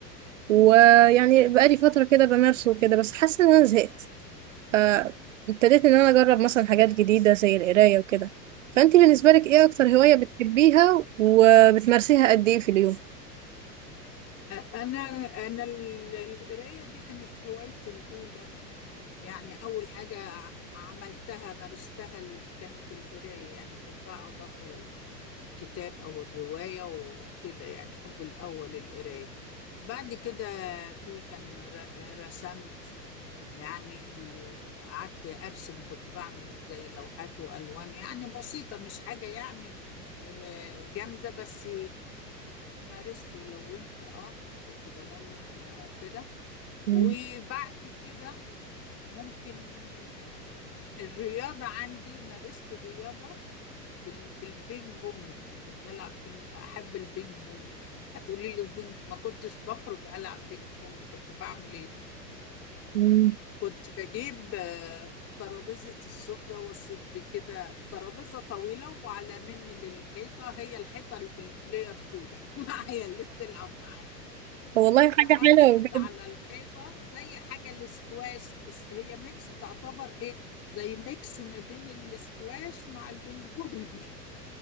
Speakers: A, on the right; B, on the left.
A: ويعني بقالي فترة كده بمارسه وكده بس حاسة ان انا زهقت فابتديت ان انا اجرب مثلا حاجات جديدة زي القراية وكده فانتي بالنسبة لك ايه اكتر هواية بتحبيها وبتمارسيها قد ايه في اليوم؟
B: أ- انا انا ال- القرايه دي كانت هوايتي الاولى يعني أول حاجة ع- عملتها مارستها ال- كانت القراية يعني كنت أقعد أقرأ ال- الكتاب أو الرواية وكده يعني حب الأول القراية بعد كده في كان ر- رسمت يعني وقعدت أرسم كنت بعمل زي لوحات وألوان يعني بسيطة مش حاجة يعني آه، جامدة بس مارست ولونت اه كنت بلون وكده
A: مم.
B: وبعد كده ممكن آه، الرياضة عندي مارست الرياضة بال- بالبينج بونج كنت ألعب بينج أحب البينج بونج هتقولي لي بينج ما كنتش بخرج ألعب بينج بونج كنت بعمل إيه
A: مم.
B: كنت بجيب آه، ترابيزة السفرة وأسد كده ترابيزة طويلة وعلى مني للحيطة هي الحيطة ال- البلاير 2 <laughs> معايا اللي بتلعب معايا
A: طب والله
B: كنت
A: حاجة
B: اقصد
A: حلوة بجد
B: على الحيطه زي حاجه الاسكواش هي ميكس تعتبر ايه زي ميكس ما بين الاسكواش مع البينج بونج